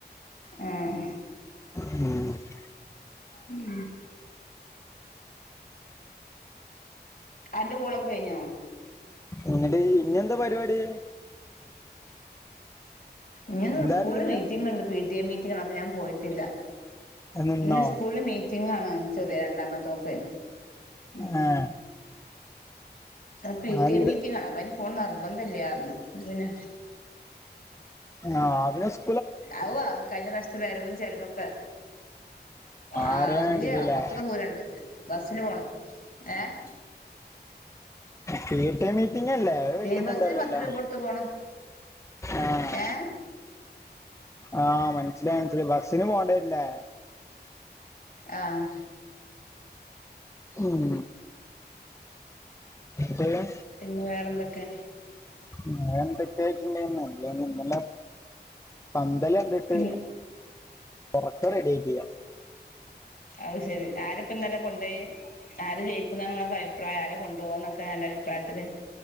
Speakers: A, on the left (about 55°); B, on the left (about 15°).
A: ഉം
B: ഉം
A: ഉം അന്റ കോളൊക്ക കഴ്ഞ്ഞോ
B: എന്നിട്ട് ഇഞി എന്ത പരുപാടി
A: ഇങ്ങന്ന്
B: എന്താ
A: സ്കൂളില്
B: പറഞ്ഞീന്നെ
A: മീറ്റിംങ് ഇണ്ട് പീ ട്ടീ എ മീറ്റിങ്ങാണ് അപ്പൊ ഞാൻ പോയിട്ടില്ല
B: നിന്നോ
A: ഇന്ന് സ്കൂളില് മീറ്റിംഗാണ് ചെറിയ രണ്ടാമത്തോക്കെ ഉം
B: ഏഹ്
A: ആഹ് പീ
B: അതെന്ത്
A: ട്ടീ എ മീറ്റിംഗാണ് അപ്പൊ പോണം നിർബന്ധല്ല്യാര്ഞ് അപൊ പിന്നെ
B: ആഹ് അവര സ്
A: അവു ആഹ് കഴിഞ്ഞ പ്രാവശ്യത്തെ വരവും ചെലവൊക്ക ആഹ്
B: അറിയാൻ
A: ഇല്ല്യ
B: വേണ്ടിട്ടല്ലേ
A: കൊറ്ച്ചൊക്ക ദൂരണ്ട് ബസ്സിന് പോണം ഏഹ്
B: ഫ്രീടൈമി ട്ടിനല്ലേ ഒരു വല്യത്ണ്ടാവുലല്ലൊ
A: ലൈൻ ബസ്സിന് പത്ത് രൂപ കൊടുത്ത് പോണം
B: ആഹ്
A: ഏ
B: ആഹ് മൻസ്സിലായി മൻസില ബസ്സിന് പോണ്ടെര്ലേ
A: ആഹ്
B: ഉം പിന്നെ
A: പിന്നെ വേറെന്തൊക്കെ
B: വേറെന്തെക്കൊയ്ചിണ്ടെങ്കി നല്ലന്നെ ഇന്നലെ പന്തളി കണ്ടിട്ട്
A: ഉം
B: ഒറക്കം റെഡിയായ്ട്ടിയ
A: അഹ് ശെരി ആരപ്പ ഇന്നലെ കൊണ്ടോയി ആര് ജയിക്കുംന്ന ഇങ്ങളെ ഫൈ പ്പാരെ കൊണ്ടോവാന്നൊക്ക അന്റെ അഭിപ്രായത്തില്